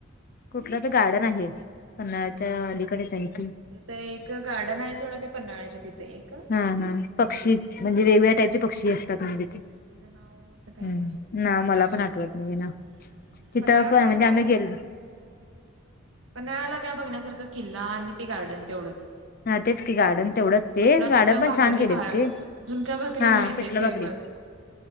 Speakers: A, on the left; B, on the right.
A: कुंठलं तरं गार्डन आहे. पन्हाळ्यांच्या
B: गार्डन
A: अलीकडे सांगित
B: तिथं एक गार्डन आहे सोडां ते पन्हाळ्यांच्या तिथे एक.
A: हां हां. पक्षी म्हणजे वेगळ्यां टाईपचे पक्षी असतांत म्हणजे
B: हम्म
A: तिथे.
B: त्याचं नाव आता काय
A: हम्मं. नां मलां पणं आठवतं
B: हम्म
A: नाहीं आहे नां तिथं
B: पन्हाळा
A: पणं
B: पण
A: म्हणजे आम्हीं गेलो
B: पणं नळलां कायं बघण्यांसारखं किल्ला आणि ते गार्डन तेवढंच
A: हां तेचं की गार्डन तेवढंच ते
B: पुन्हा
A: गार्डन
B: तिथं
A: पणं
B: भाकरी
A: छान केलेत
B: भा
A: ते
B: झुणका भाकरी
A: हां
B: मिळते
A: पिटलं
B: फेमस
A: बाकरी